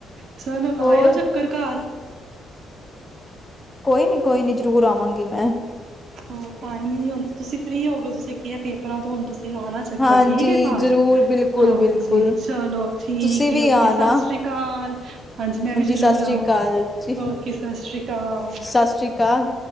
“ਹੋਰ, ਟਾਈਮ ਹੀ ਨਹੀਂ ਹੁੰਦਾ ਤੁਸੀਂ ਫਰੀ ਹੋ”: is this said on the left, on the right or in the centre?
Right